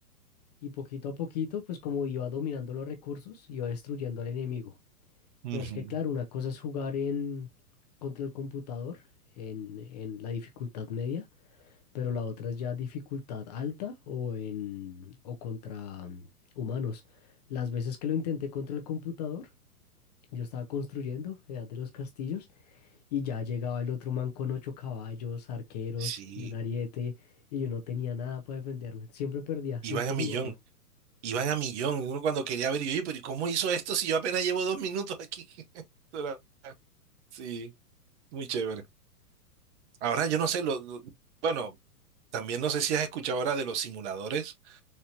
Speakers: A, on the left; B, on the right.
A: y poquito a poquito, pues como iba dominando los recursos, iba destruyendo al enemigo.
B: Ujú.
A: Pero es que claro, una cosa es jugar en contra el computador en, en la dificultad media, pero la otra es ya dificultad alta o en o contra mm, humanos. Las veces que lo intenté contra el computador, yo estaba construyendo Edad de los Castillos y ya llegaba el otro man con ocho caballos, arqueros
B: Sí,
A: y un ariete, y yo no tenía nada para defenderme. Siempre perdía,
B: iban
A: nunca
B: a millón.
A: fui bueno.
B: Iban a millón. Uno cuando quería ver, y yo, "Oye, pero ¿y cómo hizo esto si yo apenas llevo dos minutos aquí? <laughs> Esto era- Sí, muy chévere. Ahora yo no sé, lo, lo- bueno, también no sé si has escuchado ahora de los simuladores.